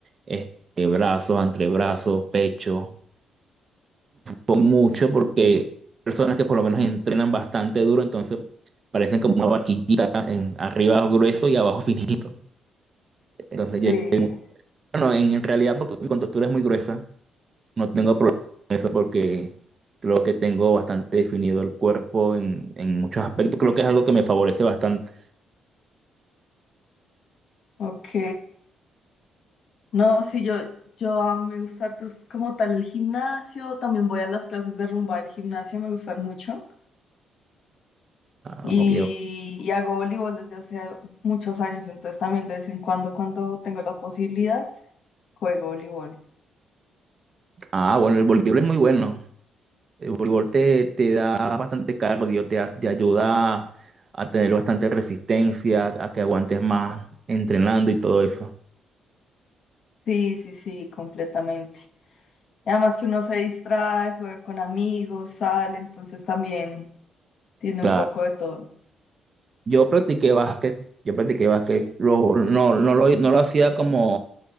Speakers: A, on the right; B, on the left.
A: este, brazos, antebrazos, pecho, con mucho porque personas que por lo menos entrenan bastante duro, entonces parecen como una vaquillita, en, arriba grueso y abajo <laughs> finito. Entonces, yo,
B: Sí,
A: bueno, en, en realidad porque mi contextura es muy gruesa, No tengo problema con eso porque creo que tengo bastante definido el cuerpo en, en muchos aspectos. Creo que es algo que me favorece bastante.
B: ok. No, sí, yo, yo a mí me gusta harto, es como tal el gimnasio, también voy a las clases de rumba del gimnasio, me gustan mucho.
A: Ah,
B: Y,
A: ok, ok.
B: y hago voleibol desde hace muchos años, entonces también de vez en cuando, cuando tengo la posibilidad, juego voleibol.
A: Ah, bueno, el voleibol es muy bueno. El voleibol te, te da bastante cardio, te, ha- te ayuda a tener bastante resistencia, a que aguantes más entrenando y todo eso.
B: Sí, sí, sí, completamente. Y además que uno se distrae, juega con amigos, sale, entonces también tiene
A: Claro.
B: un poco de todo.
A: Yo practiqué básquet, yo practiqué básquet. Lo- no, no lo, no lo hacía como